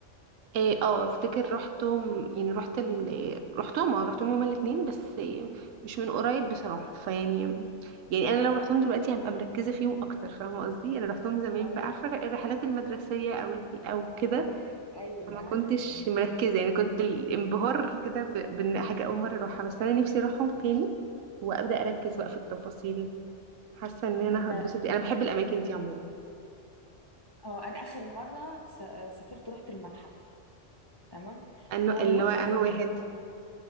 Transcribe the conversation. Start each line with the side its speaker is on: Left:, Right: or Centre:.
Right: إيه، اه افتكر رحتهم يعني رحت ال... رحتهم اه رحتهم هما الاتنين بس إيه، مش من قريب بصراحة فيعني يعني انا لو رحتهم دلوقتي هبقى مركزة فيهم اكتر فاهمة قصدي انا رحتهم زمان
Left: ايوه
Right: بقى عارفة الرحلات المدرسية او ال- او كده
Left: ايوه
Right: فما
Left: عارفة
Right: كنتش
Left: اه
Right: مركزة يعني كنت الانبهار كده ب... بان حاجة اول مرة اروحها بس انا نفسي اروحهم تاني وابدا اركز بقى في التفاصيل حاسة ان انا
Left: انا
Right: هتبسط انا بحب الاماكن دي عموما
Left: اه انا اخر مره س- سافرت رحت المتحف تمام
Right: انه
Left: هو
Right: اللي
Left: المضحك
Right: هو انا
Left: في الموضوع
Right: واحد